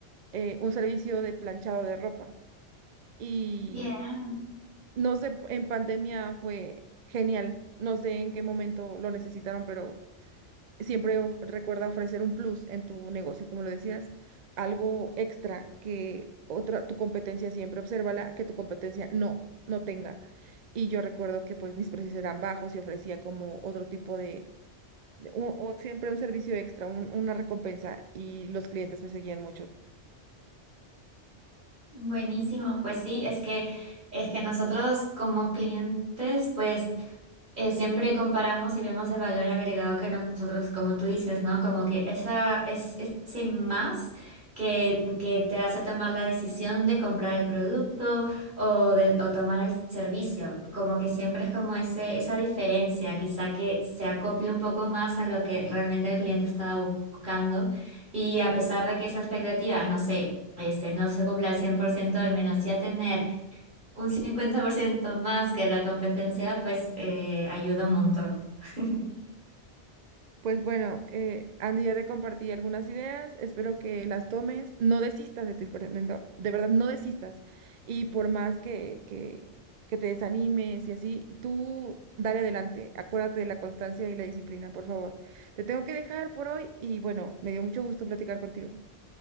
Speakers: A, on the right; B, on the right.
A: eh, un servicio de planchado de ropa. Y
B: Bien.
A: no sé, en pandemia fue genial, no sé en qué momento lo necesitaron, pero siempre of- recuerda ofrecer un plus en tu negocio, como lo decías, algo extra que otra, tu competencia siempre obsérvala, que tu competencia no, no tenga. Y yo recuerdo que pues mis precios eran bajos y ofrecía como otro tipo de o, o siempre un servicio extra, un- una recompensa y los clientes me seguían mucho.
B: Buenísimo, pues sí, es que es que nosotros como clientes, pues eh, siempre comparamos y vemos el valor agregado que nosotros, como tú dices, ¿no? Como que esa, es, ese más que, que te hace tomar la decisión de comprar el producto o de o tomar el servicio. Como que siempre es como ese, esa diferencia, quizá que se acople un poco más a lo que realmente el cliente estaba buscando. Y a pesar de que esa expectativa, no sé, este, no se cumpla al 100% al menos ya tener un 50% más que la competencia, pues eh, ayuda un montón. <laughs>
A: Pues bueno, eh, Andy, ya te compartí algunas ideas, espero que las tomes, no desistas de tu emprendimiento, de verdad no desistas y por más que, que, que te desanimes y así, tú dale adelante, acuérdate de la constancia y la disciplina, por favor. Te tengo que dejar por hoy y bueno, me dio mucho gusto platicar contigo.